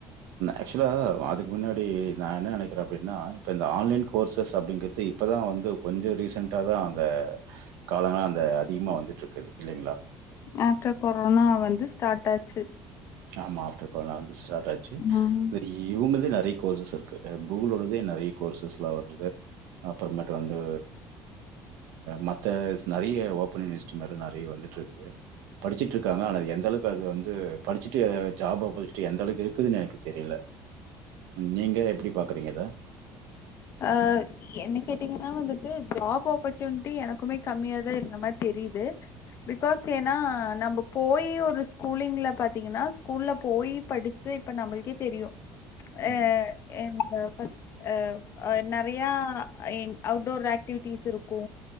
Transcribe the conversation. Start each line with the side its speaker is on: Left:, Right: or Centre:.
Right: ஆக்சுவலாக அதுக்கு முன்னாடி நான் என்ன நினைக்கிறேன் அப்படின்னா இப்போ இந்த ஆன்லைன் கோர்சஸ் அப்படிங்கிறது இப்போ தான் வந்து கொஞ்சம் ரீசென்ட தான் அந்த காலங்கள் அந்த அதிகமா வந்துட்டு இருக்குது இல்லைங்களா
Left: ஆஃப்டர் கொரோனா வந்து ஸ்டார்ட் ஆச்சு
Right: ஆமா ஆஃப்டர் கொரோன வந்து ஸ்டார்ட் ச்சு
Left: ம்
Right: இவங்களே நிறைய கோர்ஸஸ் இருக்கு கூகுளோடத நிறைய கோர்சஸ்லாம் வருது அப்புறமட்டு வந்து மத்த நிறைய ஓபன் யூனிவர்சிட்டி மாரி நிறைய வந்துட்டு இருக்குது படிச்சட்டு இருக்காங்க ஆனால் எந்த அளவுக்கு அது வந்து படிச்சுட்டு ஜாப் அப்பர்ச்சட்டு எந்த அளவுக்கு இருக்குதுன்னு எனக்கு தெரியல நீங்க எப்படி பாக்குறீங்கா அ த
Left: அஹ் என்ன கேட்டீங்கன்னா வந்துட்டு ஜாப் ஆஃப்பர்சூனிட்டி எனக்குமே கம்மியா தான் இருந்த மாதிரி தெரியுது பிகாஸ் ஏன்னா நம்ம போய் ஒரு ஸ்கூலிங்ல பாத்தீங்கன்னா ஸ்கூல்ல போய் படிச்சு இப்ப நம்மளுக்கே தெரியு ஏஹ்
Right: ம்.
Left: என்ன அஹ் ஹ அஹ் நிறைய அவுட்டோர் ஆக்டிவிட்டிஸ் இருக்கு